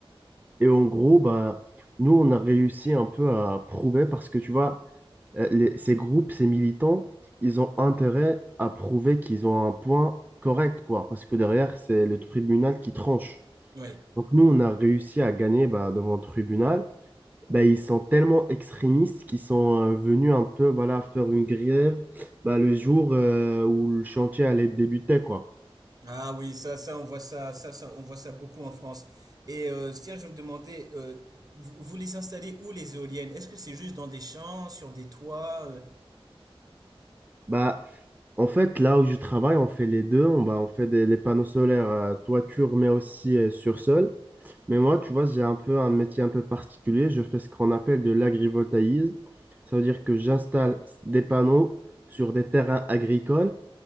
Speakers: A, on the right; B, on the right.
A: Et en gros, bah, nous, on a réussi un peu à prouver parce que tu vois, euh, les- ces groupes, ces militants, ils ont intérêt à prouver qu'ils ont un point correct, quoi, parce que derrière, c'est le tribunal qui tranche.
B: oui.
A: Donc nous, on a réussi à gagner bah, devant le tribunal. Bah, ils sont tellement extrémistes qu'ils sont euh, venus un peu voilà, faire une grève bah, le jour euh, où le chantier allait débuter, quoi.
B: Ah oui, ça, ça, on voit ça, ça, ça, on voit ça beaucoup en France. Et euh, tiens, je me demandais, euh, vous, vous les installez où les éoliennes? Est-ce que c'est juste dans des champs, sur des toits? euh
A: Bah, en fait, là où je travaille, on fait les deux. On, bah, on fait des, les panneaux solaires euh, toiture, mais aussi euh, sur sol. Mais moi, tu vois, j'ai un peu un métier un peu particulier. Je fais ce qu'on appelle de l'agrivoltaïsme. Ça veut dire que j'installe des panneaux sur des terrains agricoles